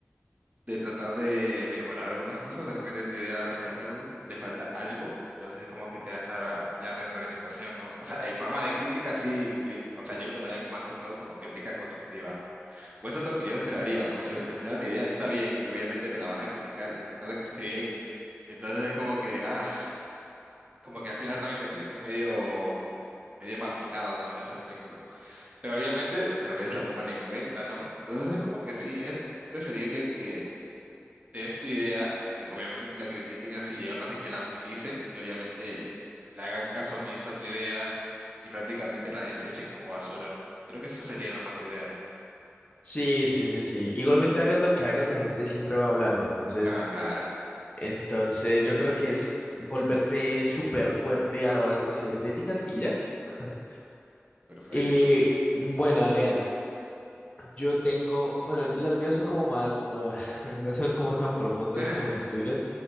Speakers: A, on the right (about 35°); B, on the left (about 30°).
A: de tratar de mejorar algunas cosas, de repente tu idea le falta algo, le falta algo, entonces como que te dan la, la retroalimentación, ¿no? O sea, en forma de crítica sí, crit- o sea, yo lo tomaría como- más que todo como crítica constructiva, ¿no? O eso es lo que yo esperaría, por si al final mi idea está bien y obviamente me la van a criticar y a pesar de que esté bien, entonces es como que, ah, como que al final
B: S-
A: también te sientes medio... medio marginado, ¿no? En ese aspecto. Pero obviamente tal vez la toman en cuenta, ¿no? Entonces es como que sí, es preferible que es tu idea, que obviamente te la critiquen y así, y aún así que la utilicen, que obviamente le hagan caso omiso a tu idea y prácticamente la desechen como basura, ¿no? Creo que eso sería lo más ideal.
B: Sí, sí, sí, sí. Igualmente hagas lo que hagas, la gente siempre va a hablar. Entonces,
A: Ah, claro,
B: Entonces yo creo que es volverte súper fuerte a la hora de recibir críticas y ya. <laughs>
A: perfecto.
B: Y bueno, Adrián, yo tengo, bueno, las mías son como más bobas, <laughs> no son como tan profundas
A: <laughs>
B: como las tuyas,